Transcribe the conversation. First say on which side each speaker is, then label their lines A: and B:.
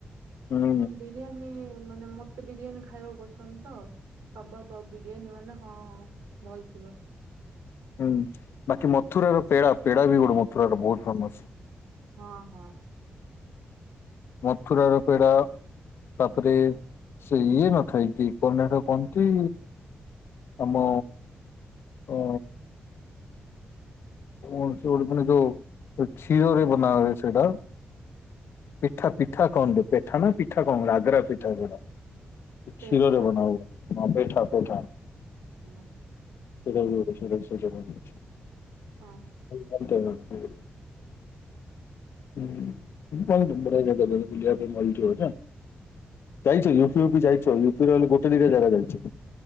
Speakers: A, on the left; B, on the right.
A: ହୁଁ
B: ମୁଁ ବି ବିରିୟାନୀ ମାନେ ମତେ ବିରିୟାନୀ ଖାଇବାକୁ ପସନ୍ଦ ତ। କବାବ ଆଉ ବିରିୟାନୀ ମାନେ ହଁ ଭଲ୍ ଥିବ।
A: ହୁଁ ବାକି ମଥୁରାର ପେଡା ପେଡା ବି ଗୋଟେ ମଥୁରାର ବହୁତ ଫେମସ।
B: ହଁ ହଁ।
A: ମଥୁରା ର ପେଡ଼ା ତାପରେ ସେ ଇଏ ନଖାଇକି କି କଣ ତ ହେଟା କହନ୍ତି ଆମ ଅ କୌଣସି ଗୋଟେ ଦିନ ଯୋଉ କ୍ଷୀରରେ ବନା ହୁଏ ସେଇଟା ପିଠା ପିଠା କହନ୍ତି ପେଠା ନା ପିଠା କଣ ଗୋଟେ ଆଗ୍ରା ପିଠା ଯୋଉରା।
B: ପେଠା
A: କ୍ଷୀରରେ ବନା ହୁଏ ପେଠା ପେଠା
B: ହୁଁ।
A: ସେଇଟା ବି
B: ହଁ
A: ଗୋଟେ <unintelligible> ହୁଁ <unintelligible> ବୁଲିବା ପାଇଁ ଭଲ ଥିବା ଯେ। ଯାଇଛ କି ୟୁପି ଫ୍ୟୁପି ଯାଇଛ ୟୁିପିରେ ହେଲେ ଗୋଟେ ଦିଇଟା ଜାଗା ଯାଇଛ।